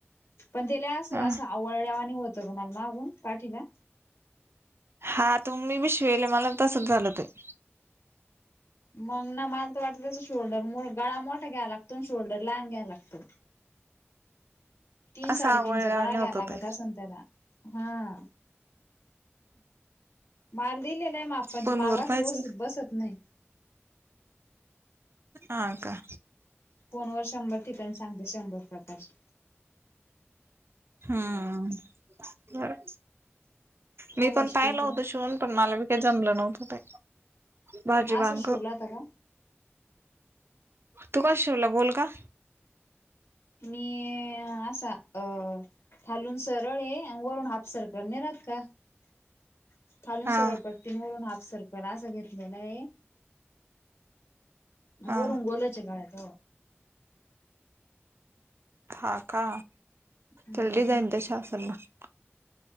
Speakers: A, on the left; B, on the right.
A: पण त्याला असं
B: ह
A: असं आवळल्या नी होतं गं मग मागून पाठीला.
B: हा तु मी बी शिवेले मला तसंच झालं ते.
A: मग ना माल तर वाटतं त्या शोल्डर गळा मोठा घ्यावा लागतो आणि शोल्डर लहान घ्यायवा लागतो. तीन
B: असं
A: साडेतीनचा
B: आवळल्यावानी
A: गळा घ्या
B: होत
A: लागत
B: ते
A: असून त्याला हा. माल दिलेला आहे मापा
B: फोन
A: ते मावास
B: वर पाहायचं
A: व्यवस्थित बसत नाही.
B: आं का?
A: फोन वर शंभर ठिकाणी सांगते शंभर प्रकाश.
B: हम्म बरं.
A: काय
B: मी
A: भाजी
B: पण पाहिलं
A: केलती?
B: होत शिवून पण मला बी काही जमलं नव्हत ते. भाजी वांग
A: असच शिवला होत का?
B: तू कश शिवल गोल का?
A: मी <unintelligible> अ असा अ खालून सरळ आहे वरून हाफ सर्कलने राहात का <inaudible> खालून
B: हा
A: सरळ पट्टी वरून हाफ सर्कल असं घेतलेला आहे.
B: हा
A: वरून गोलच <unintelligible> गाळ्याच.
B: हा का
A: हम्म
B: त्याल डिझाईन तशी असल मग